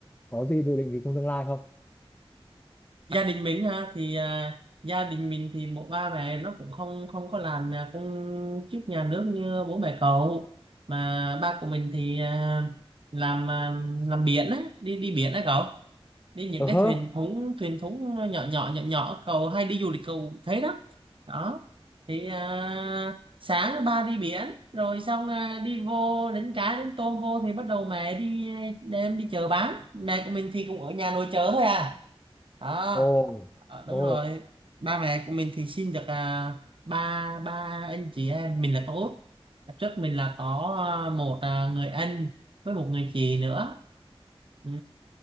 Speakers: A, on the left; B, on the right.
A: có gì dự định gì trong tương lai không
B: gia đình mình ha thì à, gia đình mình thì một ba mẹ nó cũng không không có làm à, công chức nhà nước như bố mẹ cậu mà ba của mình thì à, làm à, làm biển á đi đi biển á cậu đi những
A: ờ
B: cái
A: hớ
B: thuyền thúng thuyền thúng nhỏ nhỏ nhỏ nhỏ cậu hay đi du lịch cậu thấy đó đó thì à, sáng ba đi biển rồi xong à, đi vô đánh cá đánh tôm vô thì bắt đầu mẹ đi đem đi chợ bán mẹ của mình thì cũng ở nhà nội chợ thôi à đó
A: ồ
B: Ờ,
A: ồ
B: đúng rồi ba mẹ của mình thì sinh được à, ba ba anh chị em mình là có út Hồi trước mình là có à, một à, người anh với một người chị nữa ừ.